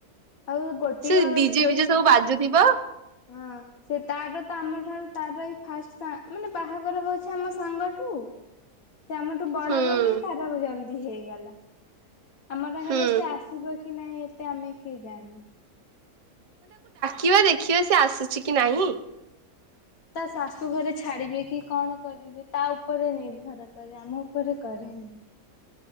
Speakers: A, on the left; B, on the right.
A: ଆଉ ଗୋଟିଏ
B: ସେ ଡିଜେ
A: ସେଇ
B: ବିଜେ ସବୁ ବାଜୁଥିବ।
A: ହଁ ସେ ତାର ତ ଆମ ଠାରୁ ତାର ଫାଷ୍ଟ ମାନେ ବାହାଘର ହଉଛି ଆମ ସାଙ୍ଗଠୁ ସେ ଆମଠୁ ବଡ
B: ହୁଁ
A: ବୋଲି ଧରାକୁ ଚାଲଛି ହେଇଗଲା। ଆମର
B: ହୁଁ।
A: ହେଲେ ସେ ଆସିବ କି ନାଇଁ। ସେ ଆମେ ଠି କିଏ ଜାଣେ?
B: ଖିବା ଦେଖିବା ସେ ଆସୁଛି କି ନାହିଁ?
A: ତା ଶାଶୁ ଘରେ ଛାଡି କି କଣ କରିବେ ତା ଉପରେ ନିର୍ଭର କରେ ଆମ ଉପରେ କରେନି।